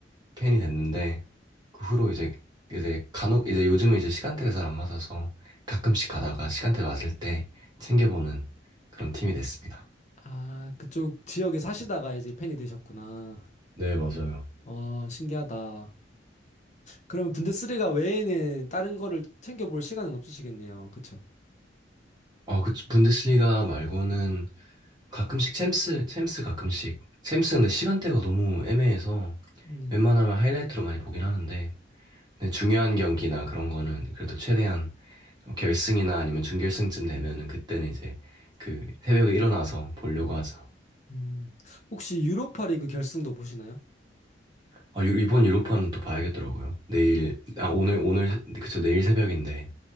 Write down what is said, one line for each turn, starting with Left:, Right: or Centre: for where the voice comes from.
Right: 팬이 됐는데 그 후로 이제 이제 간혹 이제 요즘은 이제 시간대가 잘 안 맞아서 가끔씩 가다가 시간대 맞을 때 챙겨보는 그런 팀이 됐습니다.
Left: 아, 그쪽 지역에 사시다가 이제 팬이 되셨구나.
Right: 네, 맞아요.
Left: 어, 신기하다. 그러면 분데스리가 외에는 다른 거를 챙겨볼 시간은 없으시겠네요. 그쵸?
Right: 어, 그 분데스리가 말고는 가끔씩 챔스, 챔스 가끔씩. 챔스는 시간대가 너무 애매해서
Left: 네.
Right: 웬만하면 하이라이트로 많이 보긴 하는데, 근데 중요한 경기나 그런 거는 그래도 최대한 결승이나 아니면 준결승쯤 되면은 그때는 이제 그 새벽에 일어나서 보려고 하죠.
Left: 음, 혹시 유로파 리그 결승도 보시나요?
Right: 아, 유- 이번 유로파는 또 봐야겠더라고요. 내일, 아, 오늘, 오늘, 그쵸, 내일 새벽인데,